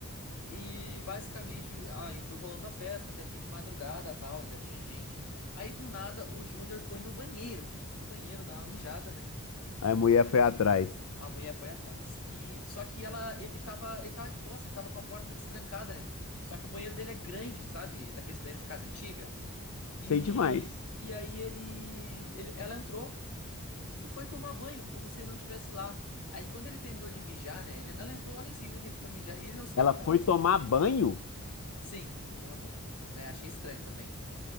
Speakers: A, on the left (about 85°); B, on the left (about 70°).
A: E basicamente, aí foi rolando a festa até fim de madrugada, tal, ainda tinha gente. Aí do nada o Júnior foi no banheiro, foi no banheiro dar uma mijada, né?
B: Aí a mulher foi atrás.
A: A mulher foi atrás. E só que ela, ele tava, ele tava de costas, ele tava com a porta destrancada, né? Só que o banheiro dele é grande, sabe? Daqueles banheiros de casa antiga. E
B: Sei demais.
A: e aí ele, ele ela entrou e foi tomar banho, como se ele não tivesse lá. Aí quando ele terminou de mijar, né? Ele, ela entrou logo em seguida que ele foi mijar e ele não se deu
B: Ela
A: conta.
B: foi tomar banho?
A: Sim, foi tomar banho. É, achei estranho também.